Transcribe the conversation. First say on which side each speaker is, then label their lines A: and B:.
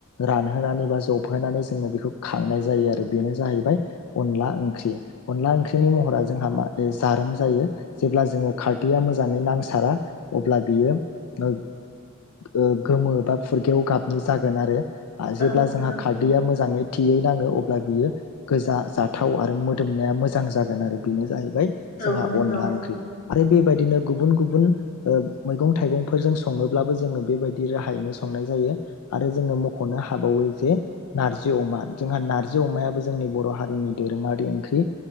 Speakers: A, on the left (about 85°); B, on the left (about 40°).
A: रानहोनानै बा जबहोनानै जोङो बेखौ खांनाय जायो आरो बेनो जाहैबाय अनला ओंख्रि अनला ओंख्रिनि महरा जोंहा मा जारोम जायो जेब्ला जोङो खारदैया मोजाङै नांसारा अब्ला बियो ओ ओ गोमो बा फुरगेव गाबनि जागोन आरो आ जेब्ला
B: औ नंगौ
A: जोंहा खारदैया मोजाङै थियै नाङो अब्ला बियो गोजा जाथाव आरो मोदोमनाया मोजां जागोन आरो बेनो जाहैबाय जोंहा
B: औ नंगौ
A: अनला ओंख्रि आरो बे बायदिनो गुबुन गुबुन मैगं थाइगंफोरजों सङोब्लाबो जोङो बेबायदि राहायैनो संनाय जायो आरो जोङो मख'नो हाबावो जे नारजि अमा जोंहा नारजि अमायाबो जोंनि बर' हारिनि दोरोङारि ओंख्रि